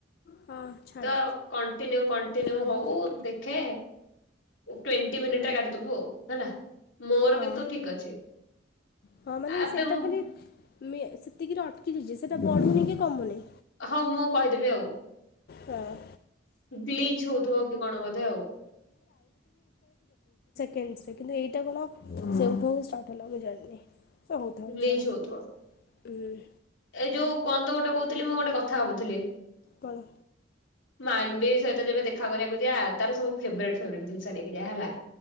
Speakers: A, on the left; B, on the left.
A: ହଁ ଛାଡ଼
B: ତ କଣ୍ଟିନ୍ୟୁ କଣ୍ଟିନ୍ୟୁ
A: ଯାହା ହବ
B: ହଉ
A: ଆଉ।
B: ଦେଖେ ଟଣ୍ଟି ମିନିଟରେ
A: ହୁଁ
B: ଗାଡିଦବୁ ଆଉ ହେଲା ମୋର
A: ହଁ
B: କିନ୍ତୁ ଠିକ ଅଛି
A: ହଁ ମାନେ
B: ଆବେ
A: ସେଇଟା
B: ମୁଁ
A: ଖାଲି ସେତିକିରେ ଅଟକିଛି ସେ ବଢ଼ୁନି କି କମୁନି
B: ହଉ ମୁଁ କହିଦେବି ଆଉ।
A: ହଁ।
B: ବ୍ଲିଚ ହଉଥିବ କି କଣ ବଧେ ଆଉ।
A: କିନ୍ତ ଏଇଟା କଣ ସେ ମୁଁ ଜାଣିନି। ସହୁଥାଉ
B: ଗ୍ଲିଚ
A: ଛାଡ଼
B: ହଉଥିବ
A: ହୁଁ।
B: ଏଇ ଯୋଉ କଣତ ଗୋଟେ କହୁଥିଲି ମୁଁ ଗୋଟେ କଥା ଭାବୁଥିଲି।
A: କଣ?
B: <unintelligible> ସହିତ ଯେବେ ଦେଖା କରିବାକୁ ଯାଆ ତାର ସବୁ ଫେବରେଟ୍ ଫେବ୍ରେଟ ଜିନିଷ ନେଇକି ଜିଆ ହେଲା।